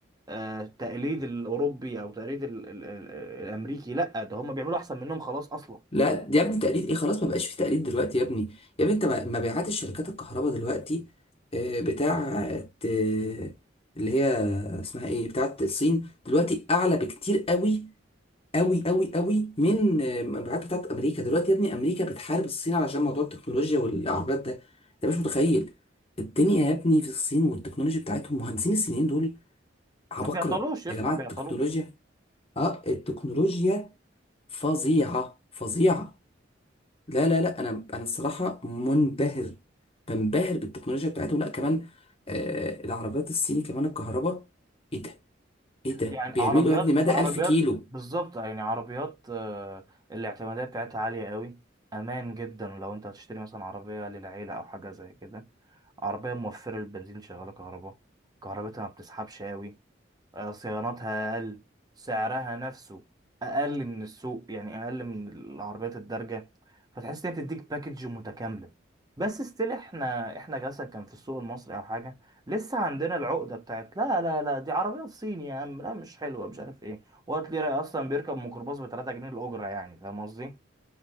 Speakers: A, on the right; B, on the left.
A: آه، تقليد الاوروبي او تقليد ال ال ال الامريكي لا ده هم بيعملوا احسن منهم خلاص اصلا
B: لا يا ابني تقليد ايه خلاص ما بقاش في تقليد دلوقتي يا ابني يا ابني انت م- مبيعات الشركات الكهرباء دلوقتي آه، بتاعت آه، اللي هي اسمها ايه بتاعت الصين دلوقتي اعلى بكتير قوي قوي قوي قوي من آه، مبيعات بتاعت امريكا دلوقتي يا ابني امريكا بتحارب الصين علشان موضوع التكنولوجيا والعربيات ده انت مش متخيل الدنيا يا ابني في الصين والتكنولوجيا بتاعتهم مهندسين الصينيين دول عباقرة
A: ما بيعطلوش يا
B: يا
A: اسطى
B: جماعة
A: ما بيعطلوش
B: التكنولوجيا اه التكنولوجيا فظيعة فظيعة لا لا لا انا انا الصراحه منبهر بنبهر بالتكنولوجيا بتاعتهم لا كمان آه العربيات الصيني كمان الكهرباء ايه ده ايه ده
A: يعني
B: بيعملوا
A: عربيات
B: يا ابني مدى
A: عربيات
B: 1000 كيلو
A: بالظبط يعني عربيات آه، الاعتمادية بتاعتها عالية قوي أمان جدا لو أنت هتشتري مثلا عربية للعيلة أو حاجة زي كده عربية موفرة البنزين شغالة كهرباء كهربتها ما بتسحبش قوي آه، صيانتها أقل سعرها نفسه أقل من السوق يعني أقل من العربيات الدارجة فتحس إن هي بتديك باكج متكاملة بس ستيل إحنا إحنا مثلا كان في السوق المصري أو حاجة لسه عندنا العقدة بتاعت لا لا لا دي عربية صيني يا عم لا مش حلوة مش عارف إيه وقت لي رأي أصلا بيركب ميكروباص ب 3 جنيه الأجرة يعني فاهم قصدي؟